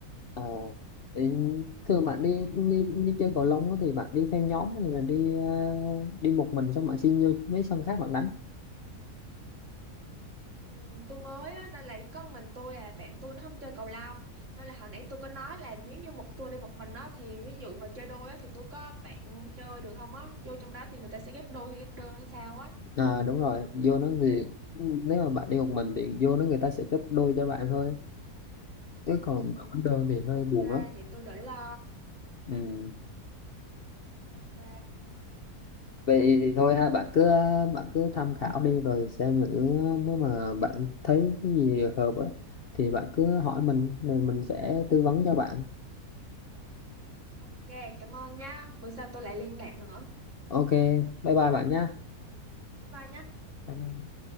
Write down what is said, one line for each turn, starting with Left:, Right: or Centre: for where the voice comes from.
Left: Ờ, thì thường bạn
Right: Ừ.
Left: đi, đi đi chơi cầu lông á thì bạn đi theo nhóm hay là đi ờ, đi một mình xong bạn xin vô mấy sân khác bạn đánh
Right: Ừ, tôi mới á, nên là chỉ có mình tôi à bạn tôi nó không chơi cầu lông nên là hồi nãy tôi có nói là nếu như một tôi đi một mình á thì ví dụ mà chơi đôi á thì tôi có bạn chơi được không á vô trong đó thì người ta sẽ ghép đôi hay ghép đơn hay sao á
Left: à đúng rồi vô nó thì nếu mà bạn đi một mình thì vô nó người ta sẽ gấp đôi cho bạn thôi chứ còn
Right: ừ,
Left: đánh đơn thì hơi
Right: ok
Left: buồn lắm
Right: vậy tôi đỡ lo
Left: ừ.
Right: ok
Left: vậy thì thôi ha bạn cứ bạn cứ tham khảo đi rồi xem thử nếu mà bạn thấy cái gì hợp á thì bạn cứ hỏi mình rồi mình sẽ tư vấn cho bạn
Right: ok cảm ơn nha bữa sau tôi lại liên lạc nữa
Left: ok bye bye bạn nha
Right: bye bye nhá
Left: Bye bye.